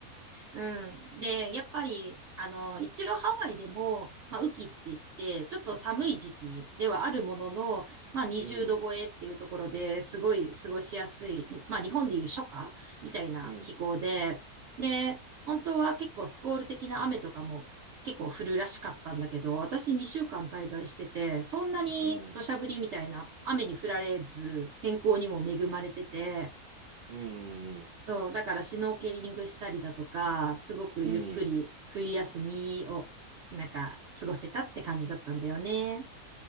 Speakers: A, on the right (about 60°); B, on the right (about 75°).
A: うん。で、やっぱり、あの、一応ハワイでも、まあ、雨季って言って、ちょっと寒い時期ではあるものの、まあ、20度超えっていうところですごい過ごしやすい、
B: うん、
A: まあ、日本でいう初夏みたいな気候で、
B: うん、
A: で、本当は結構スコール的な雨とかも結構降るらしかったんだけど、私2週間滞在してて、そんなに土砂降りみたいな雨に降られず、
B: うん、
A: 天候にも恵まれてて、
B: うん、うん、
A: そう、だからシュノーケリングしたりだとか、すごくゆっくり冬休みをなんか過ごせたって感じだったんだよね。
B: うん。